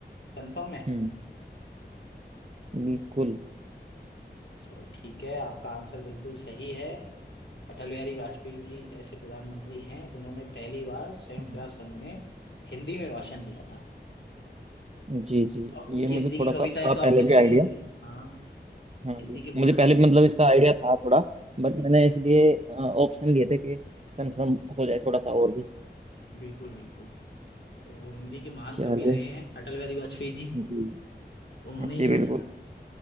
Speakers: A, on the left; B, on the right.
A: कंफर्म है
B: हम्म बिल्कुल
A: चलो ठीक है आपका आंसर बिल्कुल सही है अटल बिहारी वाजपेयी जी ऐसे प्रधानमंत्री हैं जिन्होंने पहली बार संयुक्त
B: हम्म,
A: राष्ट्र संघ में हिंदी में भाषण दिया था
B: जी जी
A: और उनकी
B: ये मुझे
A: हिंदी की
B: थोड़ा
A: कविताएं
B: सा था
A: तो
B: पहले
A: आपने सुनी
B: भी आइडिया
A: होंगी हाँ
B: हाँ
A: हिंदी
B: जी
A: के बहुत
B: मुझे पहले
A: अच्छे
B: भी मतलब इसका आइडिया था थोड़ा बट
A: हम्म,
B: मैंने इसलिए ऑप्शन लिए थे कि कंफर्म हो जाए थोड़ा सा और भी
A: बिल्कुल बिल्कुल तो वो हिंदी के महान
B: चलिए
A: कवि रहे हैं अटल बिहारी वाजपेयी जी
B: जी
A: उन्होंने
B: जी
A: ही
B: बिल्कुल
A: दिया था